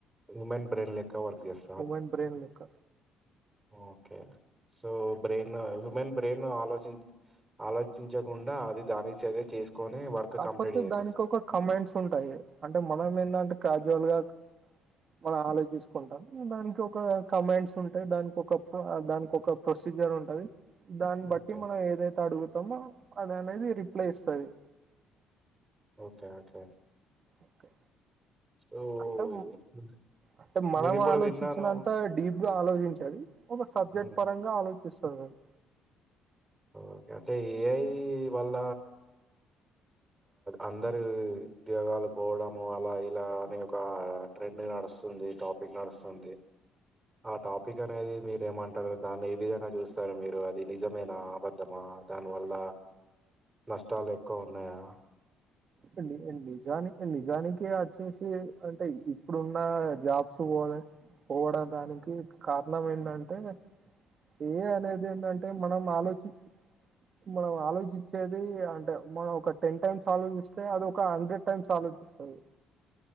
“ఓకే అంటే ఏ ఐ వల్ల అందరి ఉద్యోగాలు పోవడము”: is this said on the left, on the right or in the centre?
Right